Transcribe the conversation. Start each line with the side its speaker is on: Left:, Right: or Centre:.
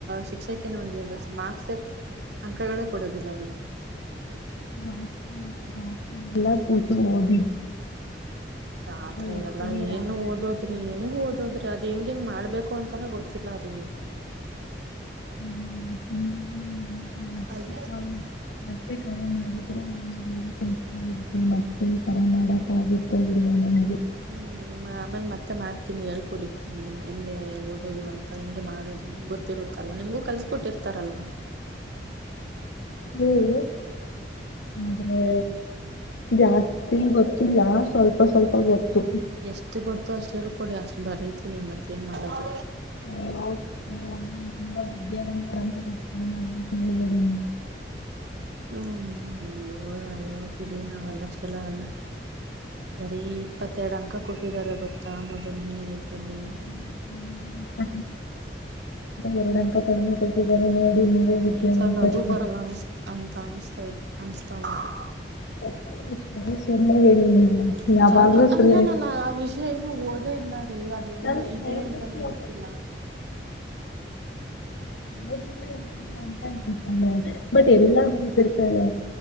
Right: ಶಿಕ್ಷಕ ನಗೆ ಬ ಮಾರ್ಕ್ಸ್ ಅಂಕಗಳೇ ಕೊಡೋದಿಲ್ಲ ರೀ
Left: ನಾತ್ ನಾತ್ ಎಲ್ಲ ಕೂತು ೋದಿ <unintelligible>
Right: ಆತ್ರ
Left: ಓದ್ತೀನಿ
Right: ಎಲ್ಲಾ ಏನು
Left: ರಾತ್ರಿ
Right: ಓದೋದ್ರಿ
Left: ಎಲ್ಲ ಕೂತು
Right: ಹೆಂಗ ಓದೋದ್ರಿ ಅದ ಹೆಂಗ ಹೆಂಗ್ ಮಾಡ್ಬೇಕು ಅಂತಾನೆ ಗೊತ್ತಿಲ್ಲ ರೀ
Left: ಹ್ಮ ಹ್ಮ್ <inaudible>
Right: ಅದ
Left: ಕಾಲ್ ಮತ್ತೆ ಕರೆ ಮಾಡಿದ್ರೆ ನಗೆ ಹೇಳ್ಕೊಡ್ತಾ ಇ ಮತ್ತೆ ಕರೆ ಮಾಡಕ ಆಗುತ್ತೆ ಇಲ ನನಗೆ.
Right: ಹ್ಮ್ ನಿಮ್ಮ ಆಮೇಲೆ ಮತ್ತೆ ಮಾಡ್ತೀನಿ ಹೇಳ್ಕೊಡಿ ಹೆಂಗ ಹೆಗೆ ಓದೋದು ಅಂತ. ಹಂಗೆ ಮಾಡೋದು ನಿಮ್ ಗೊತ್ತಿರುತ್ತಲ್ವ ನಿಮಗೂ ಕಲ್ಸ ಕೊಟ್ಟಿರ್ತಾರಲ್ವಾ.
Left: ಹ ಆದ್ರೆ ಜಾಸ್ತಿ ಗೊತ್ತಿಲ್ಲ ಸ್ವಲ್ಪ ಸ್ವಲ್ಪ ಗೊತ್ತು.
Right: ನನಗೆಷ್ಟು ಗೊತ್ತಿರುತ್ತೋ ಅಷ್ಟು ಹೇಳ ಕೊಡಿ ಅಷ್ಟು ಬರೀತಿನಿ ಮತ್ತ ಏನ್ ಮಾಡೋದು.
Left: ನೀವು ತುಂಬಾ ವಿದ್ಯಾವಂತರಂತನ್ನ ಹೇಳಳ್ಬೇಡಿ ನೀ.
Right: ಹ್ಮ್ ಅಯ್ಯೋ ಅಯೋ ಬಿಡಿ ನಾವೆಲ್ಲಷ್ಟೆಲ್ಲ ಅಲ್ಲ. ಬರೀ ಇಪ್ಪತ್ತೆರಡು ಅಂಕ ಕೊಟ್ಟಿದ್ದಾರೆ ಗೊತ್ತಾ ಮೊದಲನೇ ಇದ್ರಲ್ಲಿ.
Left: <unintelligible> ಎರಡು ಅಕ <inaudible> <inaudible> ಕಡಿಮೆ ಕೊಟ್ಟಿದ್ದಾರೆ ನೋಡಿ ನೀವೇ ವಿದ್ಯ
Right: ಈ ಸಲ
Left: ಅಂತರಿ
Right: ಅದು
Left: ಈಗ.
Right: ಬರಲ್ಲ ಅನ್ಸ್ ಅಂತ ಅನ್ನಸ್ತ ಅನ್ತಾ ಉಂಟು.
Left: ಹ ಸುಳ್ಳೇ ಹೇಳಿ ನೀ
Right: ನಿಜಾಕ
Left: ಯಾವಾಗ್ಲೂ ಸುಳ್ಳೇ
Right: ಅಲ್ಲ ನಾನ ಆ ವಿಷಯ ಇನ್ನು ಓದೇ ಇಲ್ಲ ರೀ ಅದ್ ಹೆಂಗ
Left: ನನ್ ಸ್ನೇಹ
Right: ಇದೆ ಅಂತಾನೆ
Left: <inaudible>
Right: ಗೊತ್ತಿಲ್ಲ.
Left: ಓದಿಲ್ಲ ಹಓದಿಲ್ಲ ಅಂತ ಅತಾನೆ <inaudible> ಬಟ್ ಎಲ್ಲಾ ಬರುತ್ತಾರ್ತಾಳೆ